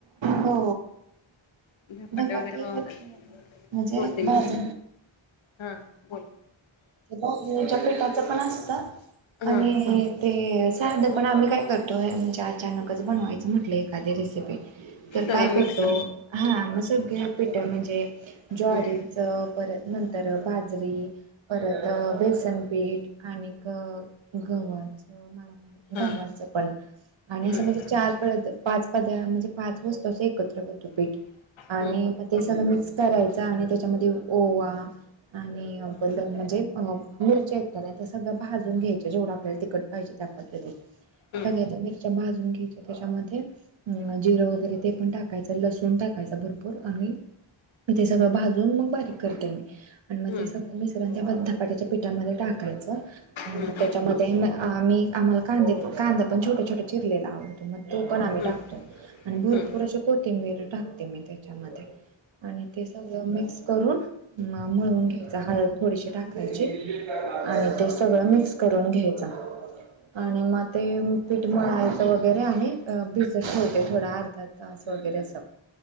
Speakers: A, on the right; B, on the left.
A: हो!
B: धपाटे
A: धपाट
B: वगैरे
A: एका
B: बनवतात
A: म्हणजे
B: होते
A: भाज
B: मी हा बोल!
A: भाजणीच्या पिठाच पण असत
B: हा
A: आणि, ते साधं पण आम्ही काय करतोय म्हणजे अचानकच बनवायचं, म्हटलं एखादी रेसिपी तर
B: सगळं
A: काय
B: मिक्स
A: करतो हा मस पिठ म्हणजे, ज्वारीच
B: हम्म
A: परत नंतर बाजरी परत बेस, वसनपीठ आणि गव्हाचं मला माहि
B: हा
A: गवाचं पण, आणि
B: हम्म
A: असं म्हणजे चार प पाच पद म्हणजे पाच वजत असं एकत्र होतुपीठ आणि
B: हम्म
A: मग ते सगळं मिक्स करायचं आणि त्याच्यामध्ये ओवा, आणि बल म्हणजे मिरची ऐक तस सगळं भाजून घ्यायच जेवढं आपल्याला तिकट पाहिजे त्या पद्धतीत
B: हम्म हम्म
A: सगळ्या त्या भाजून घ्यायच्या त्याच्यामध्ये अ जिरं वगैरे ते पण टाकायचं लसण टाकायच भरपूर आणि तेे सगळं भाजून मग बारीक करते मी आणि मग
B: हम्म
A: ते सगळं मिश्रण त्या धपाट्याच्या पिठामध्ये टाकायचं आणि
B: हम्म
A: त्याच्यामध्ये आम्ही आम्हाला कांदे कांदा पण छोटे छोटे चिरलेला आवडतो. मग तो पण आम्ही
B: हम्म
A: टाकतो आणि भरपूर
B: हम्म हम्म
A: अशी कोथिंबीर टाकते मी त्याच्यामध्ये आणि ते सगळं मिक्स करून मळुन घ्यायचं हळप <inaudible> <inaudible> गडीशी टाकायची आणि ते सगळं मिक्स करून घ्यायचं आणि मग ते पीठ मळायचं वगैरे आणि भिजत ठेवते थोडा अर्धा तास वगैरे असं <inaudible>